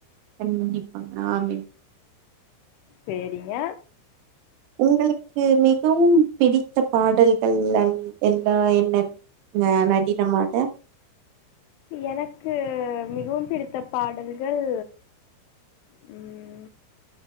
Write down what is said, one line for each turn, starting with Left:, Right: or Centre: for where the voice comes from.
Right: கண்டிப்பா ஆமின்
Left: சேரிங்க
Right: உங்களுக்கு மிகவும் பிடித்த பாடல்கள் லள் என்னவா என்ன ஆ நடினமாட
Left: எனக்கு மிகவும் பிடித்த பாடல்கள் ம்